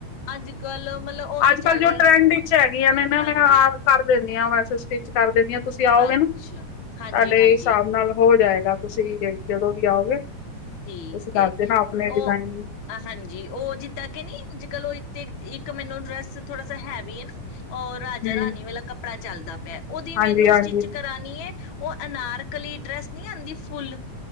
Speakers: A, on the left; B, on the left.
A: ਅੱਜ ਕੱਲ ਮਤਲਬ ਉਹ ਵੀ
B: ਅੱਜ ਕੱਲ
A: ਚੱਲ
B: ਜੋ
A: ਰਹੇ
B: ਟਰੈਂਡ
A: ਨੇ
B: ਵਿੱਚ ਹੈਗੀਆਂ, ਨੇ ਨਾ
A: ਹਾਂਜੀ
B: ਮੈਂ ਆਪ ਕਰ ਦਿਨ ਵੈਸੇ ਸਟਿਚ ਕਰ ਦਿੰਨੀ ਹਾਂ ਤੁਸੀਂ ਆਓਗੇ
A: ਅੱਛਾ
B: ਨਾ ਤੁਹਾਡੇ
A: ਹਾਂਜੀ ਹਾਂਜੀ
B: ਹਿਸਾਬ ਨਾਲ ਹੋ ਜਾਏਗਾ ਤੁਸੀਂ ਜਦੋਂ ਵੀ ਆਓਗੇ
A: ਠੀਕ,
B: ਤੁਸੀਂ ਦੱਸ ਦੇਣਾ ਆਪਣੇ
A: ਉਹ
B: ਡਿਜ਼ਾਇਨ
A: ਹਾਂਜੀ ਉਹ ਜਿੱਦਾਂ ਕਿ ਨੀ ਅੱਜ ਕੱਲ ਉਹ ਤੇ ਇੱਕ ਮੈਨੂੰ ਡਰੈਸ ਥੋੜਾ ਸਾ ਹੈਵੀ ਹੈ ਨਾ ਉਹ ਰਾਜਾ
B: ਹੂੰ
A: ਰਾਣੀ ਵਾਲਾ ਕੱਪੜਾ ਚੱਲਦਾ ਪਿਆ, ਉਹਦੀ
B: ਹਾਂਜੀ
A: ਮੈਨੂੰ
B: ਹਾਂਜੀ
A: ਸਟਿਚ ਕਰਾਣੀ ਏ ਉਹ ਅਨਾਰਕਲੀ ਡਰੈਂਸ ਨਹੀਂ ਆਦੀ ਫੁੱਲ